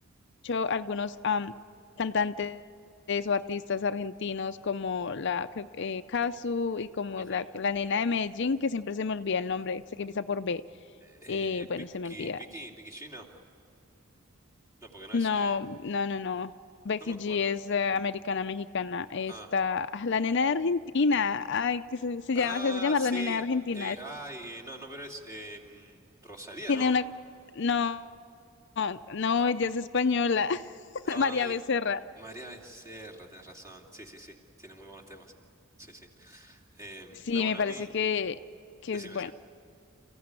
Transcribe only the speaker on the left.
hecho algunos am, cantantes o artistas argentinos como la creo que, eh, Cazzu y como
la, la nena de Medellín, que siempre se me olvida el nombre, sé que empieza por B,
eh,
bueno,
se me olvida.
No,
no, no, no. Becky
G es eh, americana mexicana. Está
ah, la nena de Argentina. Ay, que se, se
llama, se hace llamar
la nena de Argentina.
Tiene
una, no, no, no, ella es española. <laughs>
María Becerra.
Sí,
me parece
que, que
es bueno.